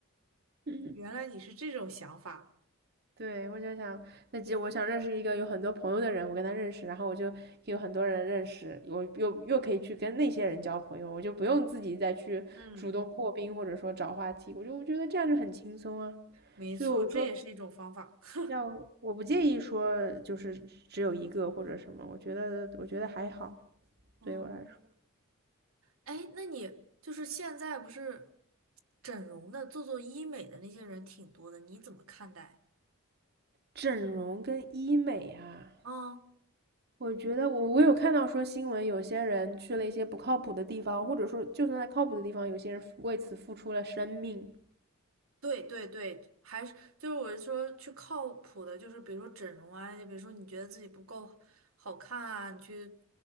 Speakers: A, on the right; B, on the right.
A: 嗯
B: 原来你是这种想法，
A: 对，我就想，那就我想认识一个有很多朋友的人，我跟他认识，然后我就有很多人认识，我又又可以去跟那些人交朋友，我就不用自己再去主动破冰或者说找话题，
B: 嗯，
A: 我就我觉得这样就很轻松啊。
B: 没错，
A: 所以我说，
B: 这也是一种方法。<laughs>
A: 要我不介意说就是只有一个或者什么，我觉得我觉得还好，
B: 嗯。
A: 对于我来说，
B: 哎，那你就是现在不是整容的、做做医美的那些人挺多的，你怎么看待？
A: 整容跟医美啊，
B: 嗯，
A: 我觉得我我有看到说新闻，有些人去了一些不靠谱的地方，或者说就算在靠谱的地方，有些人为此付出了生命。
B: 对对对，还是就是我是说去靠谱的，就是比如说整容啊，就比如说你觉得自己不够好看啊，你去